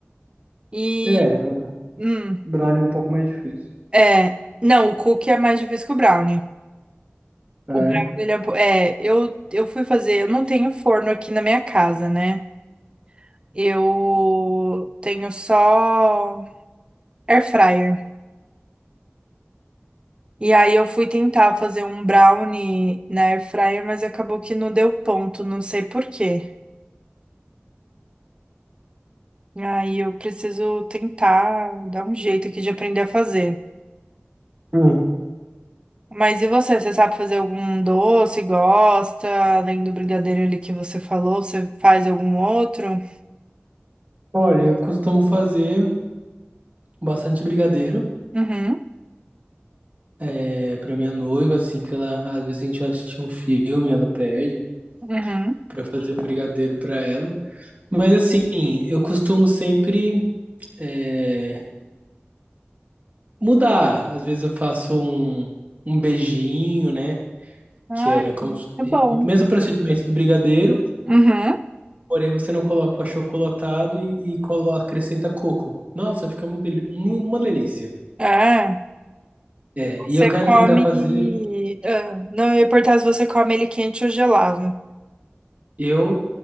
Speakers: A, on the right; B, on the right.
A: E,
B: É, o
A: hum,
B: brownie é um pouco mais difícil.
A: é, não, o cookie é mais difícil que o brownie.
B: É.
A: O brownie, ele é, um po- é, eu, eu fui fazer, eu não tenho forno aqui na minha casa, né? Eu tenho só Air fryer. E aí eu fui tentar fazer um brownie na air fryer, mas acabou que não deu ponto, não sei por quê. Aí eu preciso tentar dar um jeito aqui de aprender a fazer.
B: Hum.
A: Mas e você? Você sabe fazer algum doce? Gosta? Além do brigadeiro ali que você falou, você faz algum outro?
B: Olha, eu costumo fazer bastante brigadeiro.
A: Uhum,
B: É, pra minha noiva, assim, que ela às vezes a gente assiste um filme, ela pede
A: uhum.
B: pra eu fazer um brigadeiro pra ela. Mas assim, eu costumo sempre é, mudar. Às vezes eu faço um, um beijinho, né?
A: Ai,
B: Que é como se-
A: é bom.
B: o mesmo procedimento do brigadeiro.
A: Uhum.
B: Porém, você não coloca o achocolatado e, e coloca, acrescenta coco. Nossa, fica muito, deli- mu- uma delícia.
A: É,
B: É, e
A: você
B: eu quero
A: come.
B: tentar fazer.
A: ah, não, eu ia perguntar se você come ele quente ou gelado.
B: Eu,